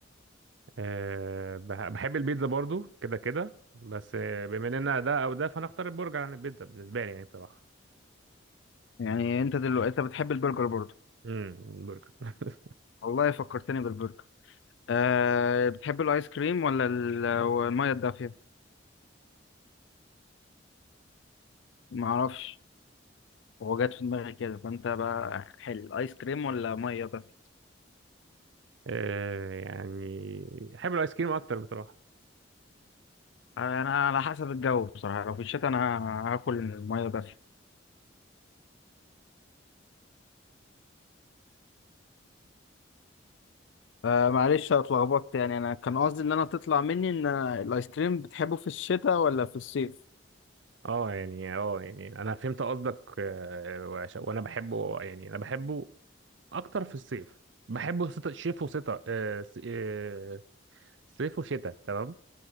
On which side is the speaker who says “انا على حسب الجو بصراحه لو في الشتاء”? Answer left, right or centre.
Left